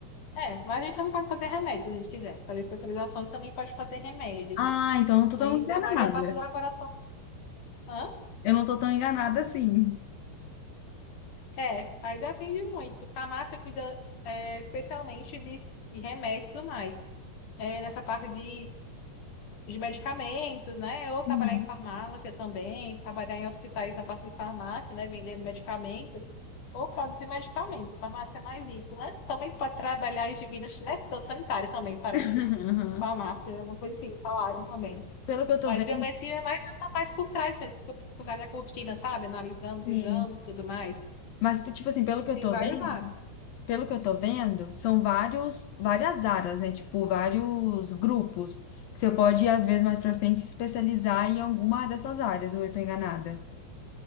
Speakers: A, on the left (about 45°); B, on the left (about 65°).
A: é, mas a gente também pode fazer remédios, se a gente quiser. Fazer especialização e também pode fazer remédios.
B: Ah, então eu não tô
A: Mas
B: tão enganada.
A: é mais a parte do laboratório. Hã?
B: Eu não tô tão enganada assim.
A: É, aí depende muito. Farmácia cuida, é, especialmente de, de remédios e tudo mais. É, nessa parte de de medicamentos, né? Ou trabalhar
B: Uhum.
A: em farmácia também, trabalhar em hospitais na parte de farmácia, né? Vendendo medicamento, ou produzir medicamentos. Farmácia é mais isso, né? Também tu pode trabalhar em divinas, né? Tanto sanitária também, parece.
B: <laughs>
A: Farmácia, é uma coisa assim, falaram também.
B: Pelo que eu tô
A: Mas
B: vendo,
A: biometria é mais nessa parte por trás mesmo, por por trás da cortina, sabe? Analisando os
B: sim.
A: exames e tudo mais.
B: Mas, tipo tipo assim, pelo que
A: E
B: eu
A: tem
B: tô
A: várias
B: vendo,
A: áreas.
B: Pelo que eu tô vendo, são vários, várias áreas, né? Tipo, vários grupos que você pode, às vezes, mais pra frente, se especializar em alguma dessas áreas, ou eu tô enganada?